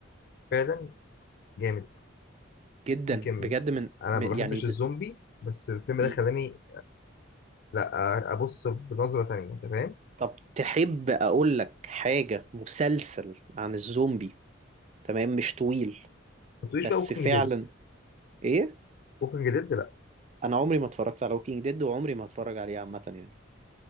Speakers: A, on the left; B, on the right.
A: فعلا جامد
B: جدا
A: يمكن
B: بجد من
A: انا
B: من-
A: ما بحبش
B: يعني د-
A: الزومبي بس الفيلم
B: مم.
A: ده خلاني لا آه، ابص بنظرة تانية انت فاهم
B: طب تحب اقول لك حاجة مسلسل عن الزومبي تمام مش طويل
A: ما تقوليش
B: بس
A: بقى ووكينج
B: فعلا
A: ديد
B: ايه
A: ووكينج ديد لا
B: انا عمري ما اتفرجت على Walking Dead وعمري ما هتفرج عليه عامة يعني